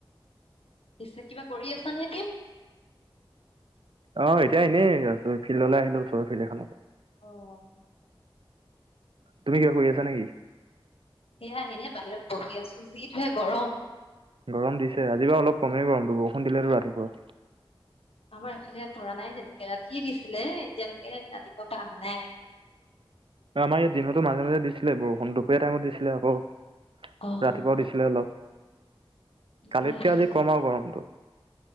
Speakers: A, on the left; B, on the right.
A: পিছে কিবা কৰি আছা নে এতিয়া?
B: অ', এতিয়া এনেই আছোঁ। ফিল্ডলে আহিলোঁ, ওচৰৰ ফিল্ড এখনত।
A: অ'।
B: তুমি কিবা কৰি আছা নে কি?
A: সেয়া এনেই বাহিৰত বহি আছোঁ। যিটোহে গৰম!
B: গৰম দিছে। আজি বাৰু অলপ কমেই গৰমটো, বৰষুণ দিলেতো ৰাতিপুৱা।
A: আমাৰ এফেলে পৰা নাই তেনেকে। ৰাতিয়ে দিছিলে এতিয়ালেকে ৰাতিপুৱাপা আহা নাই।
B: আমাৰ ইয়াত দিনতো মাজে মাজে দিছিলে বৰষুণ। দুপৰীয়া টাইমত দিছিলে আকৌ
A: অ
B: ৰাতিপুৱাও দিছিলে অলপ।
A: আমাৰ
B: কালিতকে
A: এইফালে
B: আজি
A: দিয়া
B: কম
A: নাই
B: আৰু গৰমটো।